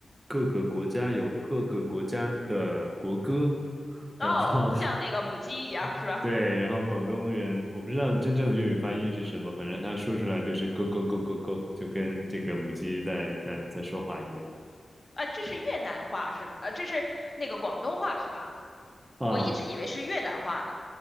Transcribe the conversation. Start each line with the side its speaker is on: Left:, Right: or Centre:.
Right: 各个国家有各个国家的国歌。
Left: 哦，
Right: 然后
Left: 像那个母鸡一样是吧？
Right: <laughs> 对，然后广东人，我不知道真正的粤语发音是什么，反正他说出来就是咯咯咯咯咯，就跟这个母鸡在在在说话一样
Left: 啊，这是越南话是吧？呃，这是那个广东话是吧？
Right: 啊
Left: 我一直以为是越南话呢，